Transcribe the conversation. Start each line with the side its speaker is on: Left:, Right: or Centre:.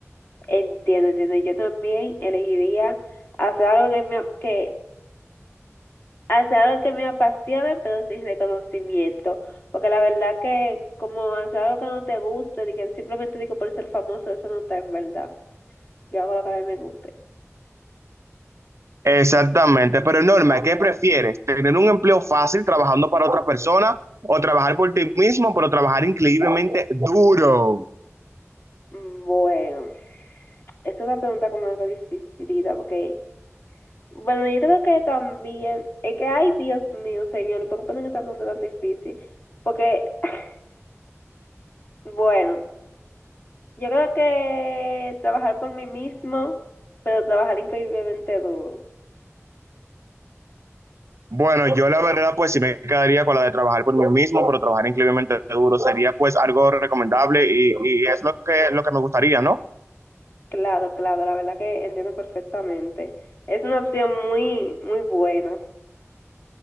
Left: Entiendo, entiendo. Yo también elegiría hacer algo que me, que, hacer algo que me apasione, pero sin reconocimiento. Porque la verdad que como hacer algo que no te guste, de que simplemente digo por ser famoso, eso no está en verdad. Yo hago lo que a mí me guste.
Right: Exactamente, pero Norma, ¿qué prefieres? ¿Tener un empleo fácil trabajando para otra persona o trabajar por ti mismo, pero trabajar increíblemente duro?
Left: Mm, Bueno, es una pregunta como algo dificilita, porque, bueno, yo creo que también, es que, ay, Dios mío, señor, ¿por qué ponen esta pregunta tan difícil? Porque, <laughs> bueno, yo creo que trabajar por mí mismo, pero trabajar increíblemente duro.
Right: Bueno, yo la verdad, pues sí me quedaría con la de trabajar por mí mismo, pero trabajar increíblemente duro sería pues algo recomendable y, y es lo que, lo que me gustaría, ¿no?
Left: Claro, claro, la verdad que entiendo perfectamente. Es una opción muy, muy buena.